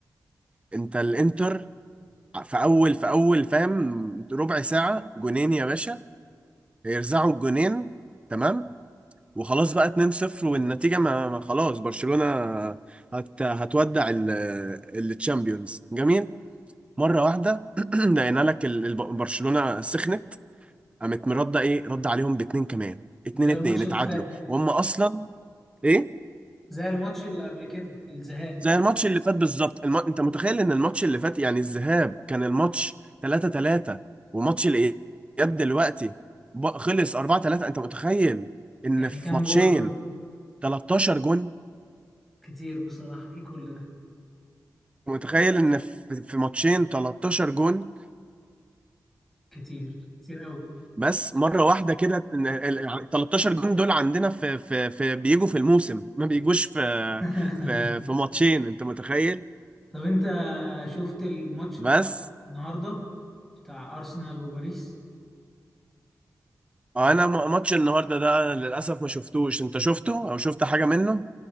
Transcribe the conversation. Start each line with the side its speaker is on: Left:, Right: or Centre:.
Right: انت الانتر في اول في اول فاهم ربع ساعة جونين يا باشا هيرزعوا الجونين تمام وخلاص بقى 2-0 والنتيجة ما ما خلاص برشلونة هت هتودع ال- التشامبيونز جميل مرة واحدة <clears throat> لقينا لك ال- الب- برشلونة سخنت قامت مرده ايه رد عليهم باتنين كمان اتنين
Centre: زي
Right: اتنين
Centre: الماتش
Right: اتعادلوا
Centre: اللي فات يعني
Right: وهم اصلا ايه
Centre: زي الماتش اللي قبل كده الزهاق
Right: زي الماتش اللي فات بالظبط الم... انت متخيل ان الماتش اللي فات يعني الذهاب كان الماتش 3 3 وماتش الاياب دلوقتي ب- خلص 4 3 انت متخيل ان
Centre: يعني
Right: في
Centre: كام
Right: ماتشين
Centre: جول دول
Right: 13 جون
Centre: كتير بصراحة ايه كل ده
Right: متخيل ان في في ماتشين 13 جون
Centre: كتير كتير قوي
Right: بس مره واحده كده إن ال- ال- 13 جون دول عندنا في في في بيجوا في الموسم ما بيجوش في
Centre: <laughs>
Right: في في ماتشين انت متخيل
Centre: طب انت شفت الماتش
Right: بس
Centre: بتاع النهارده بتاع ارسنال وباريس
Right: انا م- ماتش النهارده ده للاسف ما شفتوش انت شفته او شفت حاجه منه